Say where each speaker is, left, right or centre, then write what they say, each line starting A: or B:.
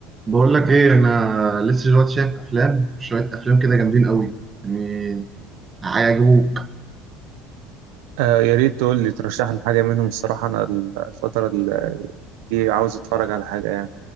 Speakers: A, on the right; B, on the right.
A: بقول لك ايه انا لسه دلوقتي شايف افلام شويه افلام كده جامدين قوي يعني هيعجبوك
B: آه يا ريت تقول لي ترشح لي حاجة منهم الصراحة أنا ال- الفترة ال- دي عاوز أتفرج على حاجة يعني